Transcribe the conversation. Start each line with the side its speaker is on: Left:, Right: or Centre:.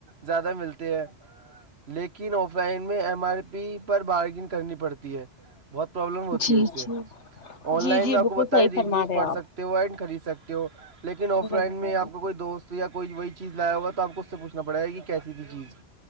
Right: زیادہ ملتے ہیں لیکن آف لائن میں ایم آر پی پر بارگنگ کرنی پڑتی ہے بہت پرابلم ہوتی
Left: جی
Right: ہے اس سے
Left: جی
Right: آن
Left: جی
Right: لائن
Left: جی
Right: میں آپ
Left: بالکل
Right: کو بت
Left: صحیح
Right: ہے ریویوز
Left: فرما رہے
Right: پڑ
Left: ہیں آپ
Right: سک ہوا اینڈ خرید سکتے ہو لیکن آف
Left: بالکل
Right: لائن میں آپ کوئی دوست یا کوئی وہی چیز لایا ہوگا تو آپ کو اس سے پچھ پڑائے گے کیسی بھی چیز